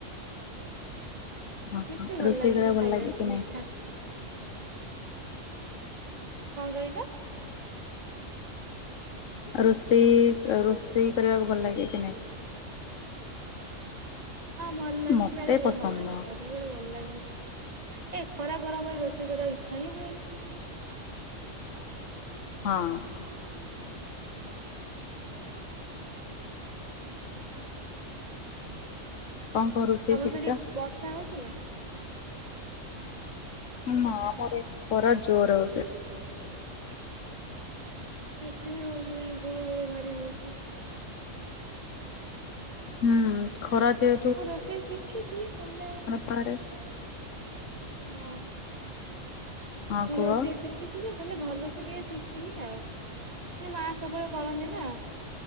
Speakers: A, on the left; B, on the right.
A: ହଁ
B: ମିତି
A: ହଁ
B: ଭଲ
A: ରୋଷେଇ
B: ଲାଗେନି
A: କରିବାକୁ ଭଲ
B: ଖାଇବାକୁ
A: ଲାଗେ କି
B: ମିଠା?
A: ନାଇଁ?
B: କଣ କହିଲ?
A: ରୋଷେଇ ରୋଷେଇ କରିବାକୁ ଭଲ ଲାଗେ କି ନାହିଁ?
B: ହଁ ଭଲ ଲାଗେ
A: ମତେ
B: ବେଳେ ବେଳେ
A: ପସନ୍ଦ
B: ଭଲ ଲାଗେ
A: ନୁହଁ।
B: ସବ୍ ସବୁବେଳେ ଭଲ ଲାଗେନି ଏ ଖରା ଗରମରେ ରୋଷେଇ କରିବା ଇଚ୍ଛା ହିଁ ହୁଏନି।
A: ହଁ। କଣ କଣ ରୋଷେଇ
B: ତମର
A: ଶିଖିଛ।
B: ସେଠି ବର୍ଷା ହଉଛି ନା।
A: ନାଁ ଆମର ଏଠି ଖରା ଜୋର ହଉଛି।
B: ଏଠି ବି ହଉଛି କାଇଁ ଗୋଳୁ ଗୋଳି ଭାରି ହଉଛି।
A: ହୁଁ ଖରା ଯେ
B: ମୁଁ ରୋଷେଇ ଶିଖିଛି ହେଲେ
A: ବାହାରେ
B: ହଁ।
A: ହଁ
B: ମୁଁ
A: କୁହ
B: ରୋଷଇ
A: ହୁଁ।
B: ଶିକ୍ କିଛି ଯେ ହେଲେ ଭଲସେ ଟିକେ ଶିଖିନି ଆଉ ହେଲେ ମା ସବୁବେଳେ କରନ୍ତି ନା।